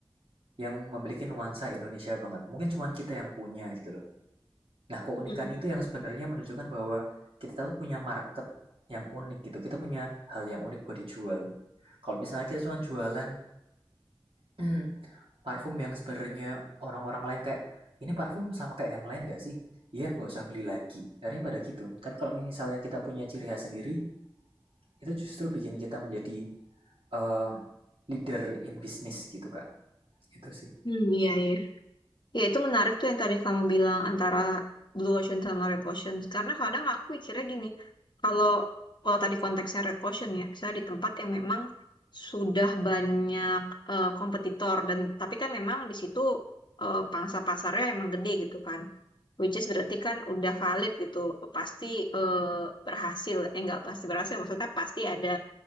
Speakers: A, on the right; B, on the left.
A: yang memiliki nuansa Indonesia banget. Mungkin cuma kita yang punya gitu loh. Nah, keunikan
B: Hmm.
A: itu yang sebenarnya menunjukkan bahwa kita tuh punya market yang unik gitu. Kita punya hal yang unik buat dijual. Kalau misalnya kita cuma jualan <clears throat> parfum yang sebenarnya orang-orang lain kayak ini parfum sama kayak yang lain gak sih? Iya, nggak usah beli lagi. Akhirnya pada gitu. Tapi kalau misalnya kita punya ciri khas sendiri, itu justru bikin kita menjadi uh, leader in business gitu, Kak. Itu sih.
B: Hmm, iya iya. Ya, itu menarik tuh yang tadi kamu bilang antara blue ocean sama red ocean. Karena kadang aku mikirnya gini, kalau kalau tadi konteksnya red ocean ya, misalnya di tempat yang memang sudah banyak eh, kompetitor dan tapi kan memang di situ eh, pangsa pasarnya emang gede gitu kan. Which is berarti kan udah valid gitu, pasti eh, berhasil. Eh nggak pasti berhasil, maksudnya pasti ada